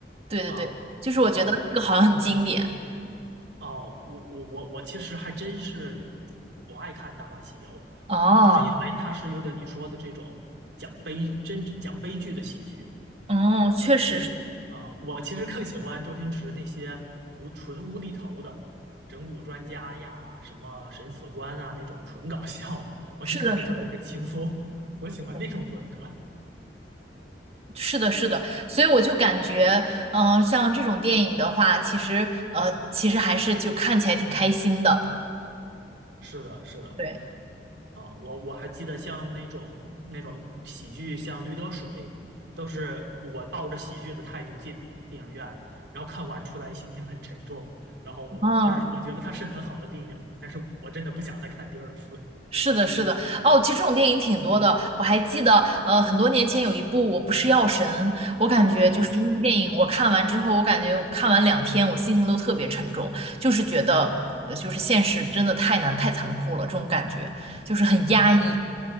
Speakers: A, on the right; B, on the right.
A: 对对对，
B: 啊，
A: 就是我觉得这个好像很经典。
B: 哦哦，我我我我其实还真是不爱看《大话西游》，
A: 哦，
B: 就是因为它是有点你说的这种讲悲真讲悲剧的喜剧。
A: 哦，确实是，
B: 觉得啊，我其实更喜欢周星驰那些无纯无厘头的整蛊专家呀，什么审死官啊那种纯搞笑的，我就看着特别的轻松，
A: 是的，是的，
B: 我喜欢那种风格。
A: 对是的，是的，所以我就感觉，嗯、像这种电影的话，其实，呃，其实还是就看起来挺开心的，
B: 是的，是的，
A: 对，
B: 啊，我我还记得像那种那种喜剧，像《驴得水》，都是我抱着喜剧的态度进电影院，然后看完出来心情很沉重，然后我我只是我觉得它是很好的电影，
A: 嗯，
B: 但是我真的不想再看第二次。<laughs>
A: 是的，是的，哦，其实这种电影挺多的，我还记得，呃，很多年前有一部《我不是药神》，我感觉就是那部电影，
B: 啊，是的。
A: 我看完之后，我感觉我看完两天，我心情都特别沉重，就是觉得，呃就是现实真的太难太残酷了，这种感觉就是很压抑。